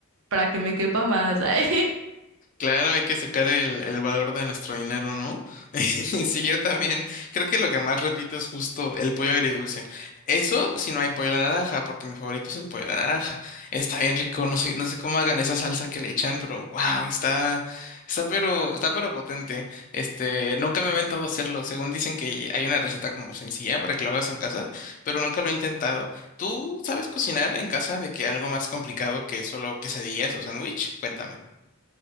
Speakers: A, on the right; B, on the left.
A: para que me quepa más. <laughs> Ay.
B: Claro, hay que sacar el, el valor de nuestro dinero, ¿no? <laughs> Sí, yo también. Creo que lo que más repito es justo el pollo agridulce. Eso si no hay pollo a la naranja, porque mi favorito es el pollo a la naranja. Está bien rico, no sé, no sé cómo hagan esa salsa que le echan, pero wow, está, está pero, está pero potente. Este, nunca me he aventado a hacerlo. Según dicen que hay una receta como sencilla para que lo hagas en casa, pero nunca lo he intentado. ¿Tú sabes cocinar en casa de que algo más complicado que solo quesadillas o sándwich? Cuéntame.